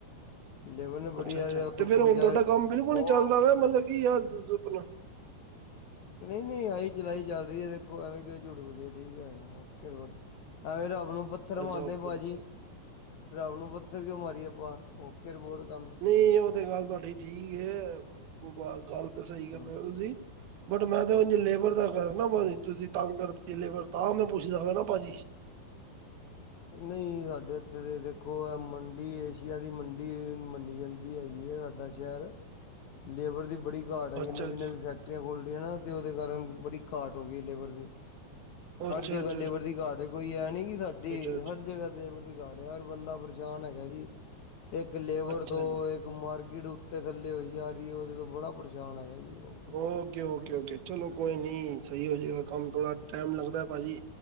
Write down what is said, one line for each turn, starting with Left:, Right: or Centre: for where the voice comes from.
Left: ਲੇਬਰ ਨੇ ਬੜੀ
Right: ਅੱਛਾ-ਅੱਛਾ, ਤੇ ਫੇਰ ਹੁਣ
Left: ਵਿਚਾਰੇ
Right: ਤੁਆਡਾ ਕੰਮ ਬਿਲਕੁਲ
Left: ਉਹ
Right: ਨੀਂ ਚੱਲਦਾ ਪਆ ਮਤਲਬ ਕੀ <unintelligible>
Left: ਨਈ-ਨਈਂ, ਆਈ ਚਲਾਈ ਚੱਲ ਰੀ ਐ ਦੇਖੋ। ਐਵੇਂ ਕਿਉਂ ਝੂਠ ਬੋਲੀਏ ਠੀਕ ਐ, <unintelligible> ਐਵੇਂ ਰਾ ਨੂੰ ਪੱਥਰ ਮਾਰਣੇ
Right: ਅੱਛਾ ਓਕੇ
Left: ਭਾਜੀ, ਰੱਬ ਨੂੰ ਪੱਥਰ ਕਿਂਉ ਮਾਰੀਏ ਆਪਾਂ, ਓਕੇ ਰਿਪੋਟ ਕੰਮ
Right: ਨਈਂ ਓ ਤੇ ਗੱਲ ਤੁਆਡੀ ਠੀਕ ਐ, ਗੱਲ ਤਾਂ ਸਈ ਕਰਦੇ
Left: ਹੂੰ।
Right: ਓ ਤੁਸੀਂ। ਬਟ ਮੈਂ ਤੇ ਉਂਝ ਲੇਬਰ ਦਾ ਕਰਨਾ ਭਾਜੀ, ਤੁਸੀਂ ਤੰਗ ਕਰਤੀ ਲੇਬਰ ਤਾਂ ਮੈਂ ਪੁੱਛਣਾ ਹਨਾਂ ਭਾਜੀ।
Left: ਨਈਂ ਸਾਡੇ ਇੱਥੇ ਤੇ ਦੇਖੋ ਐ ਮੰਡੀ, ਏਸ਼ੀਆ ਦੀ ਮੰਡੀ ਏ ਮੰਨੀ ਜਾਂਦ ਦੀ ਹੈਗੀ ਐ। ਸਾਡਾ ਸ਼ਹਿਰ, ਲੇਵਰ ਦੀ ਬੜੀ ਘਾਟ ਹੈਗੀ
Right: ਅੱਛਾ
Left: ਨਵੀਂ-ਨਵੀਂ
Right: ਅੱਛਾ
Left: ਫੈਕਟਰੀ ਫੈਕਟੀਆਂ ਖੋਲਦੀਆਂ ਨਾ ਤੇ ਓਦੇ ਕਾਰਨ ਬੜੀ ਘਾਟ ਹੋ ਗੀ ਲੇਬਰ ਦੀ। ਹਰ
Right: ਅੱਛਾ
Left: ਜਗ੍ਹਾ
Right: ਅੱਛਾ ਅੱਛਾ
Left: ਲੇਵਰ ਦੀ ਘਾਟ ਐ, ਕੋਈ ਐ ਨੀ ਕਿ ਸਾ ਡੀ
Right: ਅੱਛਾ
Left: ਹਰ ਜਗ੍ਹਾ ਲੈਵਰ ਘਾਟ ਐ, ਹਰ ਬੰਦਾ ਪਰੇਸ਼ਾਨ ਹੈਗਾ ਜੀ। ਇੱਕ ਲੇਬਰ
Right: ਅੱਛਾ
Left: ਤੋਂ
Right: ਅੱਛਾ
Left: ਇੱਕ ਮਾਰਕੀਟ ਉੱਤੇ ਥੱਲੇ ਹੋਈ ਜਾ ਰੀ ਓਦੇ ਤੋਂ ਬੜਾ ਪਰੇਸ਼ਾਨ ਹੈਗਾ। ਜੀ। ਹਾਂਜੀ।
Right: Okay, okay, okay. ਚਲੋ ਕੋਈ ਨੀਂ ਸਈ ਹੋਜੇਗਾ ਕੰਮ ਥੋੜਾ ਟੈਮ ਲੱਗਦਾ ਭਾਜੀ।